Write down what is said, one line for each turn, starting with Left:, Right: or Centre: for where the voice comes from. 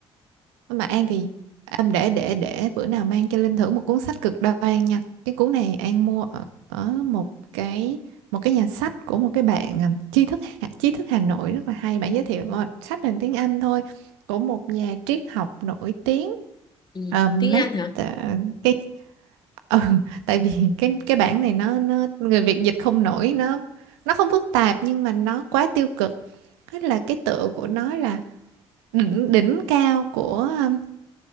Right: mà An thì em để để để bữa nào mang cho Linh thử một cuốn sách cực đoan nha cái cuốn này An mua ở, ở một cái một cái nhà sách của một cái bạn à, tri thức Hà- tri thức Hà Nội rất là hay bạn
Left: ừ,
Right: giới thiệu
Left: ừ,
Right: ờ, sách bằng tiếng Anh thôi của một nhà triết học nổi tiếng
Left: ừ.
Right: uh, Mark
Left: tiếng Anh hả
Right: à, cái <laughs> ừ, tại vì cái cái bản này nó nó người Việt dịch không nổi nó nó không phức tạp nhưng mà nó quá tiêu cực Thế là cái tựa của nó là đỉnh đỉnh cao của ờ,